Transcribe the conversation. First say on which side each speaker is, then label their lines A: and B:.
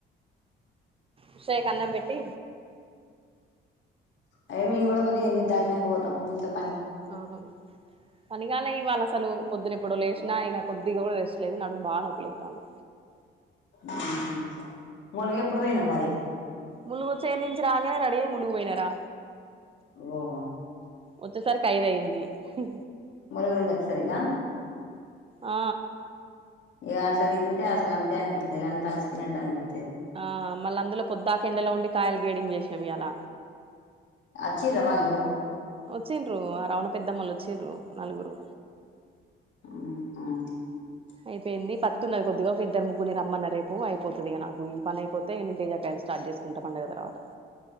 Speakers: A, on the right; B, on the left.
A: ఉషేక్ అన్నం పెట్టి
B: టైమింగ్ కూడా కొద్దిగ ఎనిమిది దాటినాక పోతాం ఉంతం
A: ఆహా పనిగాలే ఇవాళ్ళ అసలు పొద్దున ఎప్పుడో లేసిన ఇగ కొద్దిగా కూడా రెస్ట్ లేదు నడుము బాగా నొప్పిలేస్తుంది
B: ఉహు ములుగు ఎప్పుడు పోయినావ్ మరి
A: ములుగు చైన్ నుంచి రాగానే రెడీ అయి ములుగు పోయినారా
B: ఒహో
A: వచ్చేసరికి ఐదు అయ్యింది హు
B: ములుగు నుండి వచ్చేసరికి ఆ
A: ఆ
B: ఇగ అట్లా తిరిగితే అసలు అంతే అనిపిస్తదిలే అంతా అలసిపోయినట్టు అనిపి
A: ఆ మళ్ల అందులో పుద్దాక ఎండలో ఉండి కాయలు గ్రేడింగ్ చేసినాము ఈయాల
B: వచ్చిర్రా వాళ్ళు
A: వచ్చిండ్రు ఆ రావణ పెద్దమ్మోల్లు వచ్చిండ్రు నలుగురు
B: ఉహు
A: అయిపోయింది పత్తి ఉన్నది కొద్దిగా ఒక ఇద్దరు ముగ్గురిని రమ్మన్నా రేపు అయిపోతది ఇగ నాకు ఈ పని అయిపోతే నేను తేజ కాయల స్టార్ట్ చేసుకుంటా పండగ తర్వాత